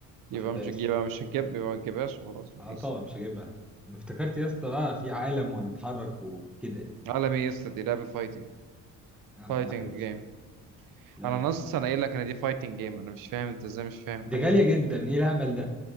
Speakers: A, on the right (about 65°); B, in the centre.
A: يبقى
B: ما بحبهاش
A: مش يبقى مش هتجيب يبقى ما تجيبهاش وخلاص
B: اه
A: ايزي
B: طبعا مش هجيبها انا افتكرت يا اسطى اه في عالم وهنتحرك وكده
A: عالمي يس دي لعبة فايتنج
B: آه آه،
A: فايتنج
B: ما بحبش
A: جيم
B: لا
A: انا
B: لا
A: نص انا قايل لك ان دي فايتنج جيم انا مش فاهم انت ازاي مش فاهم
B: دي
A: حاجه
B: غاليه
A: زي
B: جدا
A: كده يعني
B: ايه الهبل ده